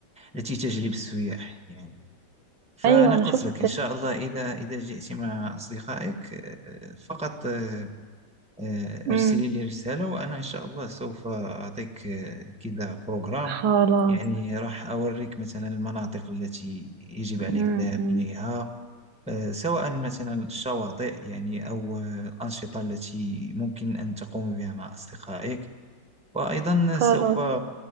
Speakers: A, in the centre; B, on the right.
A: التي تجلب السياح يعني فأنا
B: ايوه
A: قلت
B: انا شفت
A: لك إن شاء الله إذا إذا جئت مع أصدقائك آه، آه، فقط آه، آه، أرسلي
B: امم
A: لي رسالة وأنا إن شاء الله سوف أعطيك آه، كذا بروغرام
B: خلاص
A: يعني راح أوريك مثلا المناطق التي يجب عليك
B: امم
A: الذهاب إليها آه، سواء مثلا الشواطئ يعني أو آه، الأنشطة التي ممكن أن تقوم بها مع أصدقائك وأيضا
B: خلاص
A: سوف